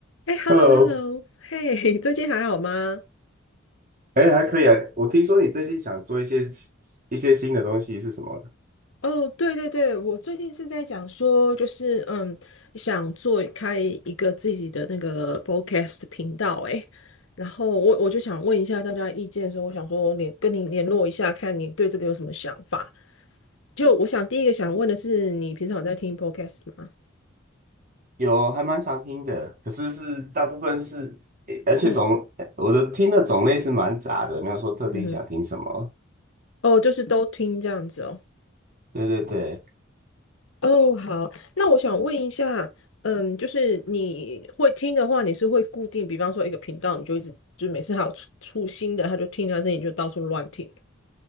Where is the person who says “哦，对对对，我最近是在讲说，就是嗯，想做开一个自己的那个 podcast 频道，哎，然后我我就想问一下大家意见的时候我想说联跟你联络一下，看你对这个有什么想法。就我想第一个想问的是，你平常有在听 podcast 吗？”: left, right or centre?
Left